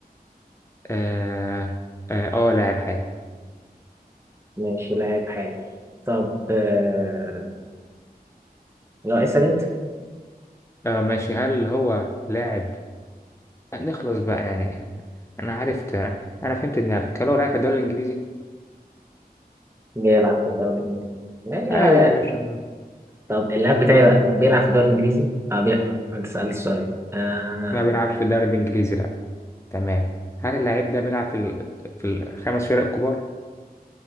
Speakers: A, on the left; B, on the right.
A: آه آه آه لاعب حالي
B: ماشي لاعب حالي طب آه لا اسأل انت
A: آه ماشي هل هو لاعب نخلص بقى يعني أنا عرفت أنا فهمت دماغك هل هو لاعب في الدوري الإنجليزي؟
B: بيلعب في الدوري الانجليزي ماشي
A: أيوه
B: آه، يعني
A: يا باشا
B: طب اللاعب بتاعي بقى بيلعب في الدوري الانجليزي اه بيلعب انت سألت السؤال آه
A: ما بيلعبش في الدوري الإنجليزي لأ تمام هل اللاعب ده بيلعب في ال... في الخمس فرق الكبار؟